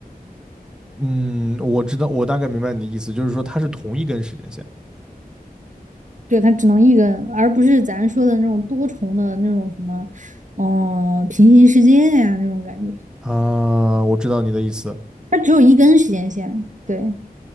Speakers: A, in the centre; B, on the right (about 50°).
A: 嗯，我知道我大概明白你的意思，就是说它是同一根时间线
B: 对，它只能一根，而不是咱说的那种多重的那种什么，嗯、平行世界呀、那种感觉，
A: 啊，我知道你的意思，
B: 它只有一根时间线。对，